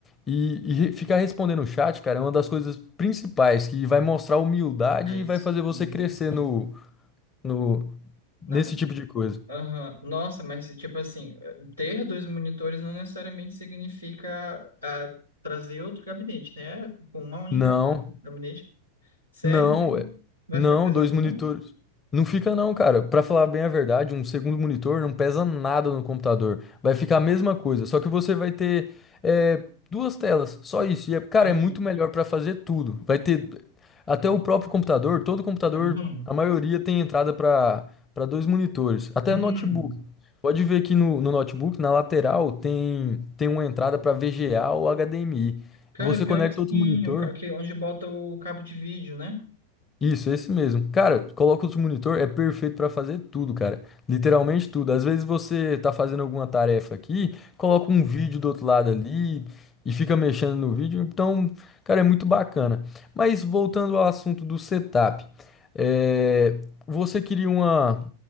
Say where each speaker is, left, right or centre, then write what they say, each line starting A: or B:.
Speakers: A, on the left; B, on the left.
A: E, e re- ficar respondendo o chat, cara, é uma das coisas principais que vai mostrar humildade
B: é isso,
A: e vai fazer
B: sim,
A: você crescer
B: isso sim.
A: no, no, nesse
B: Na...
A: tipo de coisa.
B: Aham. Nossa, mas, tipo assim, ter dois monitores não necessariamente significa ah, trazer outro gabinete, né? Com uma única
A: Não.
B: gabinete. Sério?
A: Não,
B: mesmo?
A: ué.
B: Vai
A: Não,
B: ficar pesado,
A: dois monitores.
B: não?
A: Não fica não, cara. Pra falar bem a verdade, um segundo monitor não pesa nada no computador. Vai ficar a mesma coisa, só que você vai ter é, duas telas, só isso. E, é- cara,
B: Ah,
A: é muito melhor pra fazer tudo. Vai ter até o próprio computador, todo computador,
B: uhum,
A: a maioria tem entrada pra para dois monitores, até
B: uhum.
A: notebook. Pode ver que no, no notebook, na lateral, tem tem uma entrada pra VGA ou HDMI.
B: Cara,
A: Você
B: pior
A: conecta
B: que sim,
A: outro monitor.
B: o ca- que- onde bota o cabo de vídeo, né?
A: Isso, é esse mesmo. Cara, coloca outro monitor, é perfeito pra fazer tudo, cara. Literalmente tudo. Às vezes você tá fazendo alguma tarefa aqui, coloca um vídeo do outro lado ali e fica mexendo no vídeo. Então, cara, é muito bacana. Mas voltando ao assunto do setup, é, você queria uma,